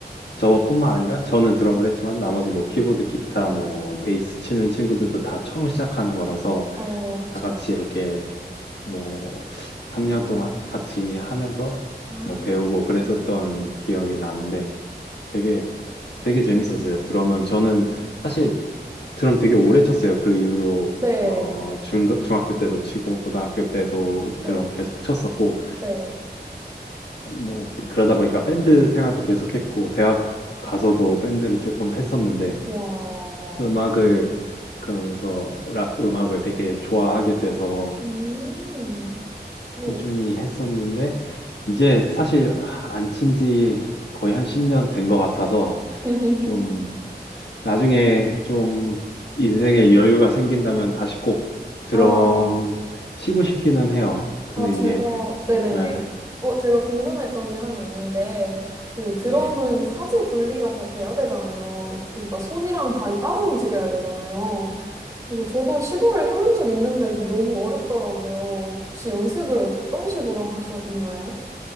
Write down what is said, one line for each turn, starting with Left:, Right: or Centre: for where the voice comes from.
Left: 저뿐만 아니라 저는 드럼을 했지만 나머지 뭐 키보드, 기타, 뭐 베이스 치는 친구들도 다 처음 시작하는 거라서
Right: 어, 그쵸.
Left: 다 같이 이렇게 뭐 3년 동안 같이 하면서
Right: 아, 음,
Left: 뭐 배우고 그랬었던 기억이 나는데 되게 되게 재밌었어요. 드럼은 저는 사실 드럼 되게 오래 쳤어요. 그 이후로
Right: 네,
Left: 어 중, 중학교 때도 치고 고등학교 때도 드럼
Right: 네,
Left: 계속 쳤었고
Right: 네.
Left: 뭐 그러다 보니까 밴드 생활도 계속했고 대학 가서도 밴드를 조금 했었는데
Right: 와,
Left: 음악을 그러면서 락 음악을 되게 좋아하게 돼서
Right: 음, 뭐.
Left: 꾸준히 했었는데 이제 사실 안 친지 거의 한 10년 된 것 같아서
Right: <laughs>
Left: 좀 나중에 좀 인생에 여유가 생긴다면 다시 꼭 드럼
Right: 아,
Left: 치고 싶기는 해요. 근데
Right: 아, 제가,
Left: 이게,
Right: 네네네.
Left: 아,
Right: 어, 제가 궁금했던 게 하나 있는데, 그 드럼은
Left: 네.
Right: 사지 분리가 다 돼야 되잖아요. 그러니까 손이랑 발이 따로 움직여야 되잖아요. 그래서 저도 시도를 해본 적 있는데 그 너무 어렵더라고요. 혹시 연습을 어떤 식으로 하셨나요?